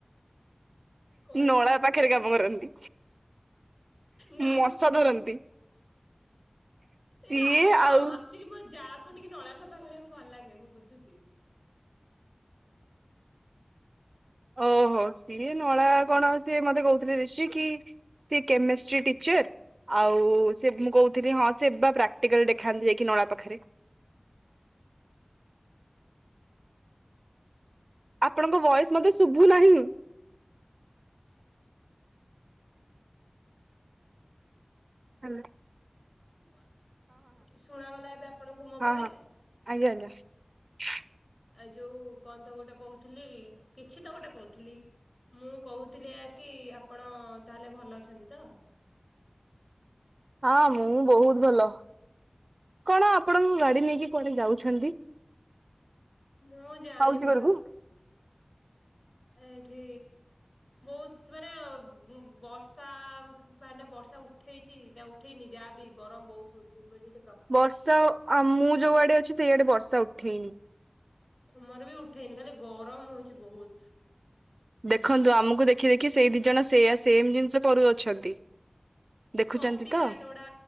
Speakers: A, on the left; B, on the right.
A: କଣ
B: ନଳା ପାଖରେ କାମ କରନ୍ତି
A: ନାଇଁ
B: ମଶା ଧରନ୍ତି।
A: ଏଇଟା
B: ସିଏ
A: ହଁ
B: ଆଉ
A: ଆ ମୋ ଯାଆକୁ ଟିକେ ନଳା ସଫା କରିବାକୁ ଭଲ ଲାଗେ ମୁଁ ବୁଝୁଛି।
B: ଓହୋ ସିଏ ନଳା କଣ ସ ମତେ କହୁଥିଲେ ରିଶି କି ସେ କେମିଷ୍ଟ୍ରୀ ଟିଚର ଆଉ ସେ ମୁଁ କହୁଥିଲି ହଁ ସେ ବା ପ୍ରାକ୍ଟିକାଲ ଦେଖାନ୍ତି ଯାଇକି ନଳା ପାଖରେ। ଆପଣଙ୍କ ଭଏସ ମତେ ଶୁଭୁ ନାହିଁ। ହେଲୋ।
A: ମୁଁ ବା ଶୁଣାଗଲା ଏବେ ଆପଣଙ୍କୁ ମୋ
B: ହଁ
A: ଭଏସ?
B: ହଁ ଆଜ୍ଞା <inaudible>
A: ଏଯୋଉ କଣ ତ ଗୋଟେ କହୁଥିଲି କିଛି ତ ଗୋଟେ କହୁଥିଲି ମୁଁ କହୁଥିଲି ଏଆକି ଆପଣ ତାହେଲେ ଭଲ ଅଛନ୍ତି ତ?
B: ହଁ ମୁଁ ବହୁତ ଭଲ କଣ? ଆପଣ ଗାଡି ନେଇକି କୁଆଡେ ଯାଉଛନ୍ତି?
A: ମୁଁ ଜାଣି
B: ମାଉସୀ
A: ପାରୁନି।
B: ଘରକୁ।
A: ଏଇଠି ବହୁତ ମାନେ ବର୍ଷା ମାନେ ବର୍ଷା ଉଠେଇଛି ନା ଉଠେଇନି ଯାହା ବିି ଗରମ ବହୁତ ହଉଛି ହ୍ୟୁମି
B: ଵର୍ଷା ଆ ମୁଁ ଯୋଉ ଆଡେ ଅଛି ସେଇଆଡେ ବର୍ଷା ଉଠେଇନି।
A: ଆମର ବି ଉଠେଇନି ଖାଲି ଗରମ ହଉଛି ବହୁତ।
B: ଦେଖନ୍ତୁ ଆମକୁ ଦେଖି ଦେଖି ସେଇ ଦିଜଣ ସେୟା ସେମ୍ ଜିନିଷ କରୁଅଛନ୍ତି। ଦେଖୁଛନ୍ତି
A: କପି
B: ତ
A: କ୍ୟାଟ ଗୁଡା